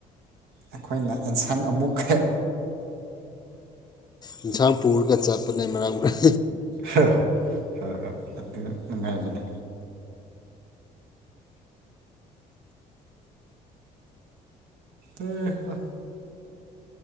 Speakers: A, on the right; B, on the left.
A: ꯑꯩꯈꯣꯏꯅ ꯑꯦꯟꯁꯥꯡ ꯑꯃꯨꯛ
B: ꯌꯦꯟꯁꯥꯡ ꯄꯨꯔꯒ ꯆꯠꯄꯅꯦ ꯃꯔꯛ ꯃꯔꯛ
A: ꯍꯣ ꯍꯣꯏ ꯍꯣꯏ ꯑꯗꯨ ꯅꯨꯡꯉꯥꯏꯕꯅꯦ ꯑꯦ ꯍꯥ